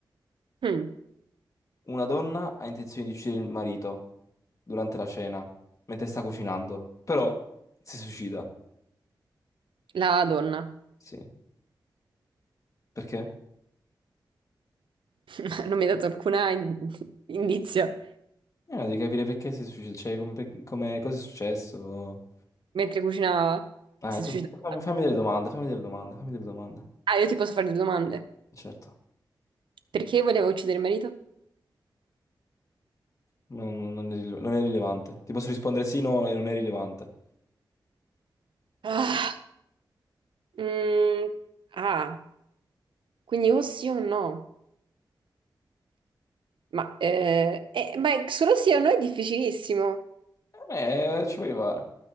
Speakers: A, on the right (about 80°); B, on the left (about 40°).
A: Mm.
B: Una donna ha intenzione di uccidere il marito durante la cena, mentre sta cucinando, però si suicida.
A: La donna
B: Sì. Perché?
A: <laughs> non mi ha dato alcuna in- indizio.
B: Eh, devi capire perché si suicida, cioè come, per- come- cosa è successo.
A: Mentre cucinava,
B: Eh,
A: si
B: tu
A: è suicidata.
B: fammi, fammi delle domande, fammi delle domande, fammi delle domande.
A: Ah, io ti posso fare due domande.
B: Certo.
A: Perché voleva uccidere il marito?
B: Non, non- non è, rile- non è rilevante. Ti posso rispondere sì, no, e non è rilevante.
A: Ah, mm, ah. quindi o sì o no. Ma, eh, eh, ma è- solo sì o no è difficilissimo.
B: Eh, eh, ci puoi arrivare.